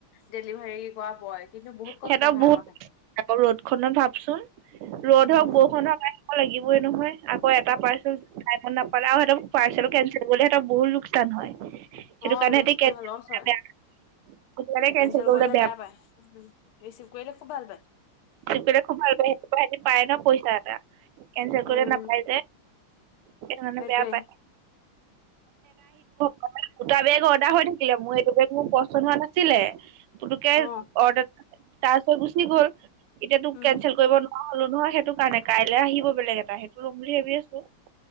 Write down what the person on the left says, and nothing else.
ডেলিভাৰী কৰা বয়। কিন্তু বহুত কষ্ট
হয়
আকৌ সিহঁতৰ
উম
অ,
লোচ
অ, লচ হয়,
কেনঞ্চেল
কৰিলে বেয়া পায়। উম' ৰিচিভ কৰিলে খুব ভাল পায়।
উম
সেইটোৱে
অ
উম